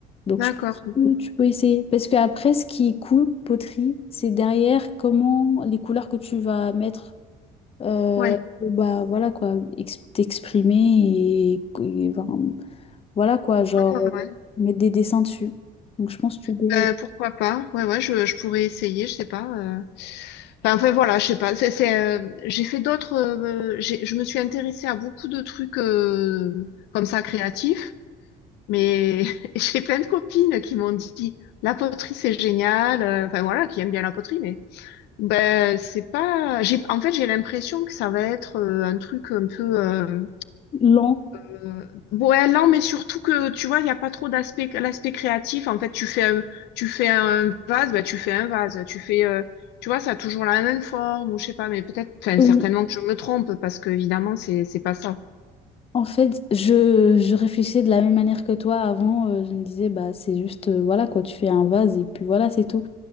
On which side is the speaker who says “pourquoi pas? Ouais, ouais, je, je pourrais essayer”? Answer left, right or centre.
Left